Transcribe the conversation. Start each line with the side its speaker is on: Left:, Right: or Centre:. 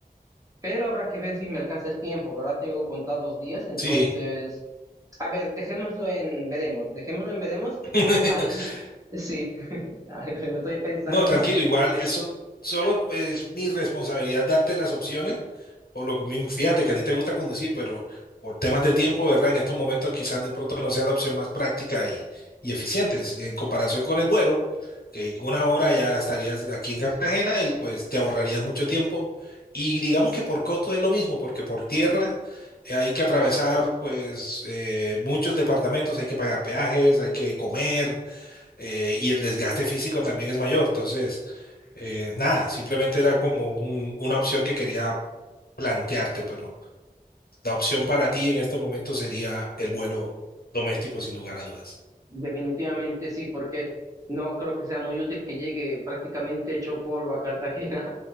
Right: pero habrá que ver si me alcanza el tiempo, ¿verdad? Tengo contados días, entonces,
Left: Sí.
Right: a ver, dejémoslo en veremos, dejémoslo en veremos,
Left: <laughs>
Right: ahí sí, <laughs> lo estoy pensando.
Left: No, tranquilo, igual es son- solo es mi responsabilidad darte las opciones, por lo que mi- fíjate que a ti te gusta conducir, pero por temas de tiempo, ¿verdad? En estos momentos quizás de pronto no sea la opción más práctica y, y eficiente si- en comparación con el vuelo, que en una hora ya estarías aquí en Cartagena y pues te ahorrarías mucho tiempo. Y digamos que por costo es lo mismo, porque por tierra eh, hay que atravesar pues eh, muchos departamentos, hay que pagar peajes, hay que comer. eh, y el desgaste físico también es mayor. Entonces, eh, nada, simplemente era como un- una opción que quería plantearte, pero la opción para ti en estos momentos sería el vuelo doméstico, sin lugar a dudas.
Right: Definitivamente sí, porque no creo que sea muy útil que llegue prácticamente hecho polvo a Cartagena.